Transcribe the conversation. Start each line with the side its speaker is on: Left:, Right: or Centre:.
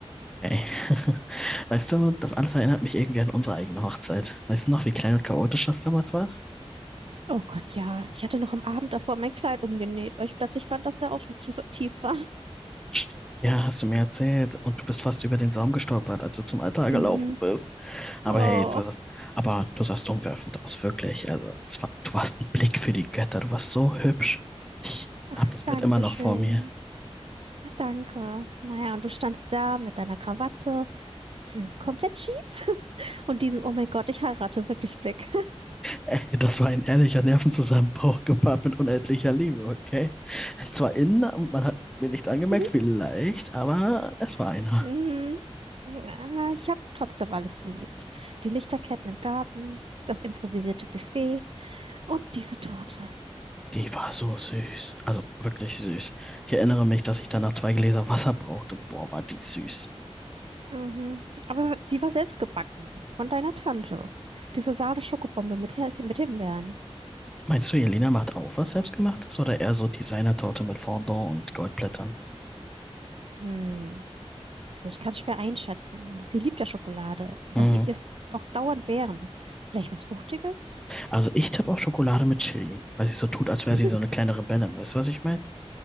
Centre: Okay. <laughs> Weißt du, das alles erinnert mich irgendwie an unsere eigene Hochzeit. Weißt du noch, wie klein und chaotisch das damals war?
Right: Oh Gott, ja. Ich hatte noch am Abend davor mein Kleid umgenäht, weil ich plötzlich fand, dass der Ausschnitt zu tief war.
Centre: Stimmt. Ja, hast du mir erzählt. Und du bist fast über den Saum gestolpert, als du zum Altar
Right: Mhm.
Centre: gelaufen bist. Aber
Right: Oh.
Centre: hey, du sahst, aber du sahst umwerfend aus, wirklich. Also, es war, du warst ein Blick für die Götter. Du warst so hübsch. Ich
Right: Ach,
Centre: hab das Bild
Right: danke
Centre: immer noch
Right: schön.
Centre: vor mir.
Right: Ah, Danke. Naja, und du standst da mit deiner Krawatte, hm, komplett schief und diesen Oh mein Gott, ich heirate wirklich Blick.
Centre: Ey, das war ein ehrlicher Nervenzusammenbruch gepaart mit unendlicher Liebe, okay? Zwar innen und man hat mir nichts angemerkt,
Right: <laughs>
Centre: vielleicht, aber es war einer.
Right: Mhm. Ah, Ich habe trotzdem alles geliebt. Die Lichterketten im Garten, das improvisierte Buffet und diese Torte.
Centre: Die war so süß. Also wirklich süß. Ich erinnere mich, dass ich danach zwei Gläser Wasser brauchte. Boah, war die süß.
Right: Mhm. Aber sie war selbst gebacken, von deiner Tante. Diese Sahne-Schokobombe mit, Her- mit Himbeeren.
Centre: Meinst du, Jelena macht auch was Selbstgemachtes oder eher so Designertorte mit Fondant und Goldblättern?
Right: Hm. Also Ich kann es schwer einschätzen. Sie liebt ja Schokolade, aber
Centre: Hm.
Right: sie isst doch dauernd Beeren. Vielleicht was Fruchtiges?
Centre: Also ich tippe auf Schokolade mit Chili, weil sie so tut, als wäre
Right: <laughs>
Centre: sie so eine kleine Rebellin. Weißt du, was ich meine?